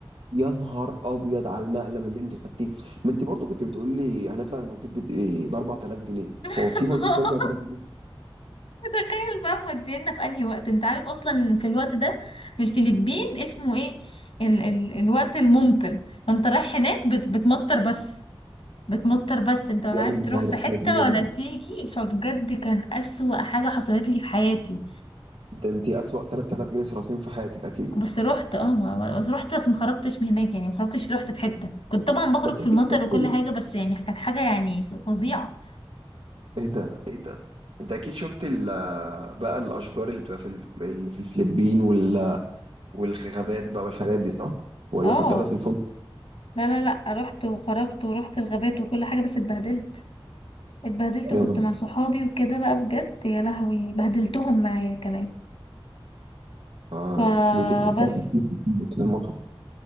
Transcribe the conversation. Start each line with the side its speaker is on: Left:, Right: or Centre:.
Right: يا نهار ابيض على المقلب اللي انت خدتيه ما انت برضو كنت بتقول لي هنطلع المالديف بت... ايه ب 4000 جنيه
Left: <laughs>
Right: هو في مالديف ب 4000 جنيه
Left: متخيل بقى مودينا في انهي وقت انت عارف اصلا في الوقت ده في الفلبين اسمه ايه ال ال الوقت الممطر فانت رايح هناك بت بتمطر بس بتمطر بس انت ولا
Right: يا
Left: عارف
Right: نهار
Left: تروح في حتة
Right: ابيض
Left: ولا تيجي فبجد كان اسوأ حاجة حصلت لي في حياتي
Right: ده انت اسوأ 3000 جنيه صرفتيهم في حياتك اكيد
Left: بس رحت اه ما بس رحت بس ما خرجتش من هناك يعني ما خرجتش رحت في حتة كنت طبعا بخرج
Right: بس
Left: في
Right: اكيد
Left: المطر
Right: شفت
Left: وكل حاجة بس يعني كانت حاجة يعني فظيعة
Right: ايه ده ايه ده انت اكيد شفت ال... بقى الاشجار اللي بتبقى في ال... اللي في الفلبين وال... والغابات بقى والحاجات دي صح ولا
Left: اه
Right: كنت قاعده في الفندق
Left: لا لا لا رحت وخرجت ورحت الغابات وكل حاجة بس اتبهدلت اتبهدلت وكنت
Right: يا نهار
Left: مع صحابي وكده بقى بجد يا لهوي بهدلتهم معايا كمان
Right: آه.
Left: فبس
Right: ليه كده زعلت؟ المطر